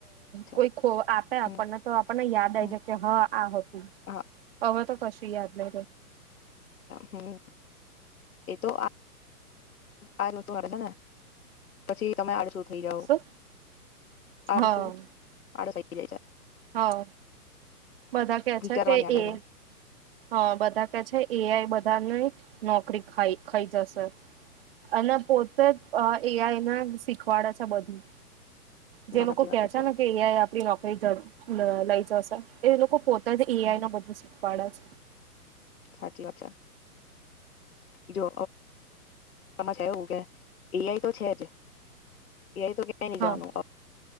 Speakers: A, on the left; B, on the right.
A: છે
B: કોઈ ખો આપે
A: હમ
B: આપણને તો આપણને યાદ આવી
A: હમ
B: જતું કે હા આ હતું
A: હા
B: હવે તો કશું યાદ <inaudible>
A: હમમ એતો આ આજુ છે ને પછી તમે આડ થય જાવો
B: શું
A: આડસુ
B: હા
A: અડસાઈ <unintelligible>
B: હા. બધા કે
A: વિચારવાની
B: છે કે
A: આડસ
B: એ અ બધા કે છે એ આઈ બધાને નોકરી ખાઈ ખઈ જશે અને પોતે એ આઈને શીખવાડે છે બધું. જે
A: ના સાચી
B: લોકો
A: વાત
B: કે છે ને કે એ આઈ આપડી નોકરી જડ લ લઈ જસે એ એ લોકો પોતે અ એઆઈ
A: હમ
B: નો બધું છે. પાડસ.
A: સાચી વાત છે. જો એમાં છે એવું કે એઆઈ તો છે જ. એ આઈ તો ક્થે ની
B: હા
A: જવાનું.